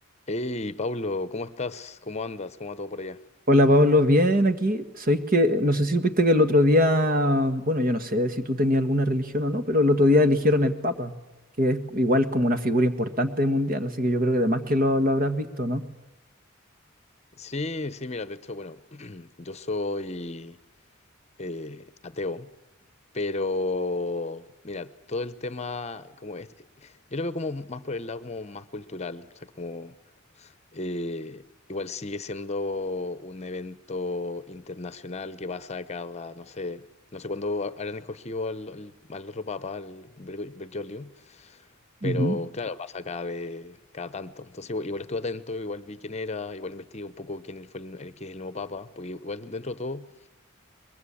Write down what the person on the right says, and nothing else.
Hola Pablo, bien aquí. Sabéis que no sé si supiste que el otro día, bueno, yo no sé si tú tenías alguna religión o no, pero el otro día eligieron el Papa, que es igual como una figura importante mundial, así que yo creo que además que lo, lo habrás visto, ¿no?
Ujú.